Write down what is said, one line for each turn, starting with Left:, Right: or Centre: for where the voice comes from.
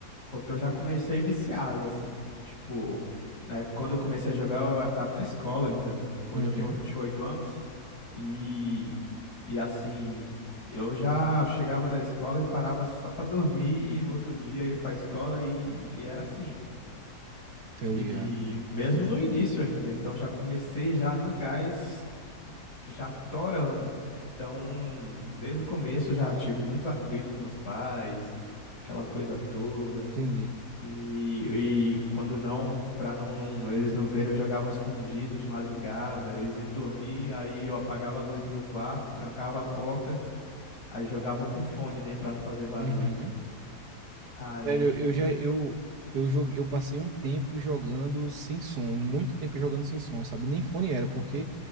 Left: Porque eu já comecei viciado, assim. Tipo, na época, quando eu comecei a jogar, eu era- tava na escola ainda. Hoje
Right: Uhum,
Left: eu tenho 28 anos e, e assim, eu já chegava da escola e parava só pra dormir e no outro dia ia pra escola e, e era assim.
Right: tá
Left: E
Right: ligado?
Left: mesmo no início ainda, então já comecei já no gás, já torando. Então, desde o começo já tive muito atrito com meus pais, aquela coisa toda.
Right: Entendi.
Left: E, e quando não, para não eles não verem, eu jogava escondido de madrugada, eles iam dormir, aí eu apagava a luz do meu quarto, trancava a porta, aí jogava com fone, né, para não fazer barulho.
Right: Uhum.
Left: Aí
Right: Velho, eu já eu eu joguei, eu passei um tempo jogando sem som, muito tempo jogando sem som, sabe? Nem fone era, porque